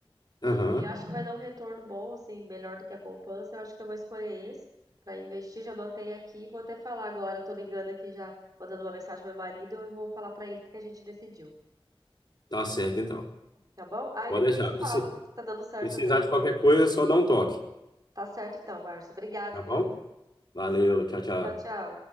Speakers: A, on the right (about 40°); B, on the left (about 50°).
A: E
B: Aham,
A: <laughs> acho que vai dar um retorno bom, assim, melhor do que a poupança. Eu acho que eu vou escolher esse para investir. Já anotei aqui, vou até falar agora. Tô ligando aqui já, mandando uma mensagem pro meu marido. Eu vou falar para ele o que a gente decidiu,
B: Tá certo então.
A: tá bom? Aí
B: Pode
A: depois
B: deixar.
A: eu te
B: Preci-
A: falo se tá dando certo
B: Precisar
A: ou não.
B: de qualquer coisa, é só dar um toque,
A: Tá certo então, Márcio. Obrigada,
B: tá
A: viu?
B: bom? Valeu, tchau, tchau.
A: Tchau, tchau.